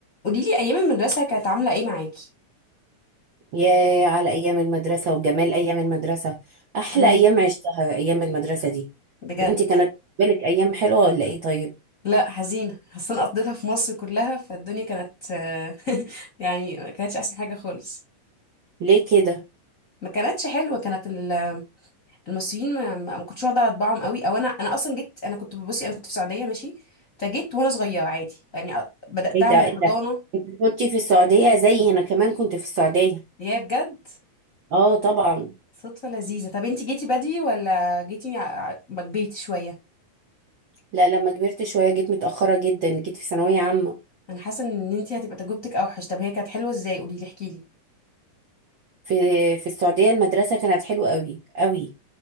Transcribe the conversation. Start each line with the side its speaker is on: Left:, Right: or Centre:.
Left: قوليلي ايام المدرسه كانت عامله ايه معاكي
Right: ياه على أيام المدرسة وجمال أيام المدرسة أحلى
Left: امم
Right: أيام عشتها أيام المدرسة دي
Left: بجد
Right: وأنت كانت بالك أيام حلوة ولا إيه طيب
Left: لا حزينه <laughs> اصلا قضيتها في مصر كلها فالدنيا كانت آه، <laughs> يعني ما كانتش احسن حاجه خالص
Right: ليه كده
Left: ما كانتش حلوه كانت ال- المصريين ما, ما ما كنتش واخده طباعهم قوي او انا انا اصلا جيت انا كنت بصي انا كنت في السعوديه ماشي فجيت وانا صغيره عادي يعني أ- بداتها
Right: إيه ده
Left: من
Right: إيه
Left: حضانه
Right: ده أنت كنت في السعودية زي أنا كمان كنت في السعودية
Left: يا بجد
Right: آه طبعا
Left: صدفه لذيذه طب انتي جيتي بدري ولا جيتي ع- ع- ما كبرتي شويه
Right: لا لما كبرت شوية جيت متأخرة جدا جيت في ثانوية عامة
Left: انا حاسه ان انتي هتبقى تجربتك اوحش طب هي كانت حلوه ازاي قوليلي احكيلي
Right: في في السعودية المدرسة كانت حلوة قوي قوي